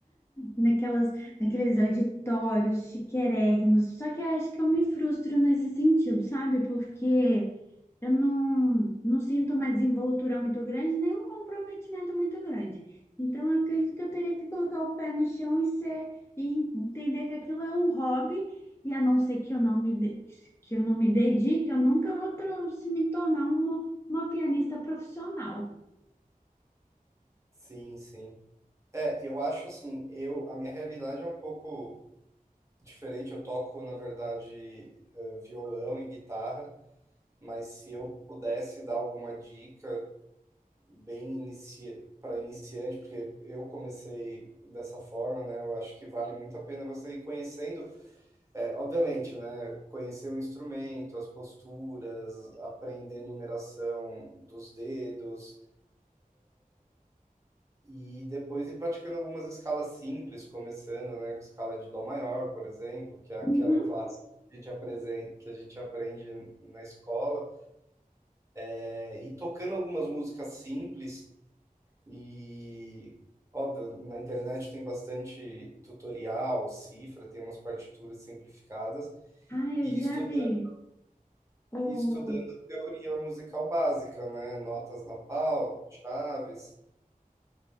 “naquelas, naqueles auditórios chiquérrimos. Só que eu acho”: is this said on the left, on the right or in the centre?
Left